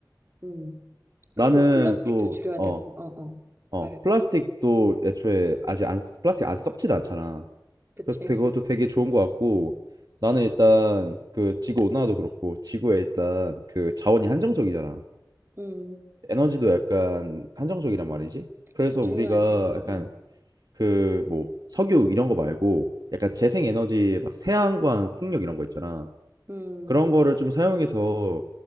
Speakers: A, on the right; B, on the right.
A: 음. 그리고
B: 나는
A: 플라스틱도
B: 또,
A: 줄여야
B: 어,
A: 되고, 어, 어.
B: 어,
A: 말해,
B: 플라스틱도
A: 말해.
B: 애초에 아직 안, 쓰- 플라스틱 안 썩진 않잖아.
A: 그치?
B: 그래서 그것도 되게 좋은 것 같고, 나는 일단 그 지구 온난화도 그렇고, 지구에 일단 그 자원이 한정적이잖아.
A: 음.
B: 에너지도 약간 한정적이란 말이지.
A: 그치.
B: 그래서
A: 중요하지.
B: 우리가
A: 음,
B: 약간
A: 음.
B: 그 뭐 석유 이런 거 말고, 약간 재생 에너지 막 태양광 풍력 이런 거 있잖아.
A: 음,
B: 그런 거를 좀 사용해서